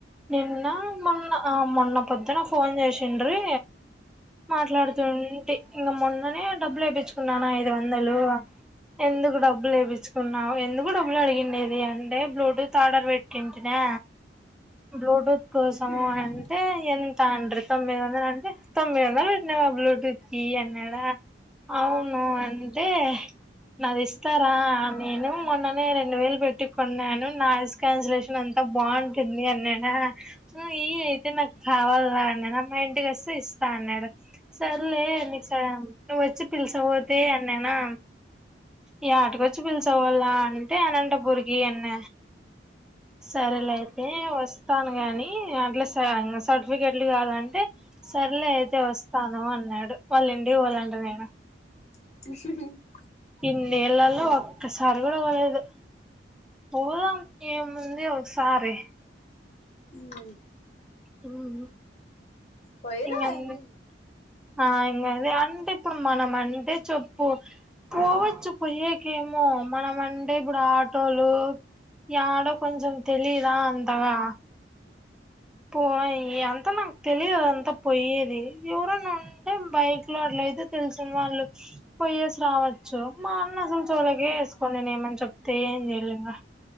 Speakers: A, in the centre; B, on the left.
A: నిన్న మొన్న ఆ మొన్న పొద్దున ఫోన్ చేసిండ్రి మాట్లాడుతుంటి ఇంక మొన్ననే డబ్బులు ఏపిచ్చక్కున్నాన ఐదు వందలు ఎందుకు డబ్బులు లేయిించుకున్నావు ఎందుకు డబ్బులు అడిగండేది అంటే బ్లూటూత్ ఆర్డర్ పెట్టి ట్టింటినా బ్ల్యూటూత్ కోసం
B: ఉమ్
A: అంటే ఎంత అండ్రి తొమ్మిది వందల అంటే తొమ్మిది వందలు పెట్టినావా బ్లూటూత్ కి అన్నాడ అవును అంటే నాది ఇస్తారా నేను మొన్ననే రెండు వేలు పెట్టి కొన్నాను నా క్యాన్సలేషన్ అంతా బాగుంటుంది అ అన్నాడా ఇ అయితే నాకు కావల్ల అన్నాడా మా ఇంటికి వస్తే ఇస్తా అన్నాడు సర్లే మీ ఇష్టం నువ్వు వచ్చి పిలుస పోతే అన్నానా యాటకొచ్చి పిలిచవాళ్ళ అంటే అనంటపూర్ కిఅన్న సరేలేయితే వస్తాను గాని అట్లా స సర్టిఫికెట్లు కాదంటే సర్లే అయితే వస్తాను అన్నాడు వాళ్ళింటికి పోల్లంట నేను
B: <unintelligible>
A: ఇన్ని ఏళ్లలో ఒక్కసారి కూడా పోలేదు పోదాం ఏముంది ఒక సారీ
B: ఉమ్
A: హుమ్
B: పోయిరా
A: ఇంకేముంది
B: ఏముంది
A: ఆ ఇంకాద అంటే ఇప్పుడు మనం అంటే చెప్పు పోవచ్చు పోయ్యేకేమో మనం అంటే ఇప్పుడు ఆటోలు యడో కొంచం తెలీదా అంతగా పో అంత నాకు తెలిదు అంతా పోయ్యేది ఎవరోనా అంటే బైక్ లో అట్లయితే తెలిసిన వాళ్ళు పోొయ్యేసి రావచ్చు మా అన్న అసలు చోవ్లోకే వేసుకోడు నేను ఏమని చెప్తే ఏం చెయ్యల్లింగ